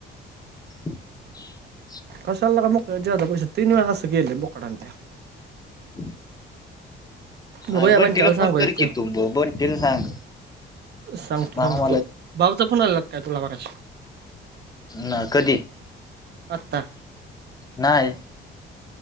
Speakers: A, on the left (about 20°); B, on the right (about 55°).
A: <unintelligible>
B: कसालला म मुक जदा पैश तीनवेळा अस केलय बकडान त्या.
A: हम्.
B: बघूया
A: अर बंटीला
B: बंट्याला सांगूया
A: फोन कर की तु बग बंटीला सांग
B: सांगतो
A: मग
B: सांगतो. भावचा फोन आलेला काय तुला मागाशी?
A: ना कधी?
B: आता?
A: नाहीय.